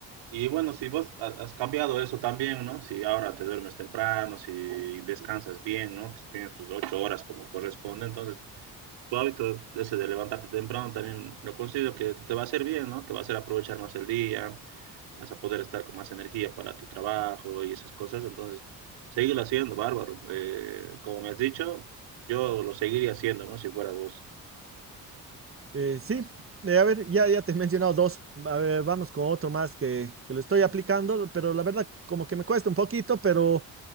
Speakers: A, on the right; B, on the right.
A: Y bueno, si vos ha- has cambiado eso también, ¿no? Si ahora te duermes temprano, si descansas bien, ¿no? Que Tienes tus ocho horas como corresponde, entonces tu hábito ese de levantarte temprano también lo considero que te va a hacer bien, ¿no? Te va a hacer aprovechar más el día, vas a poder estar con más energía para tu trabajo y esas cosas, entonces seguirlo haciendo, bárbaro. Eh, como me has dicho, yo lo seguiría haciendo, ¿no? Si fuera vos.
B: Eh, sí, eh, a ver, ya, ya te he mencionado dos. A ver, vamos con otro más que, que lo estoy aplicando, pero la verdad como que me cuesta un poquito, pero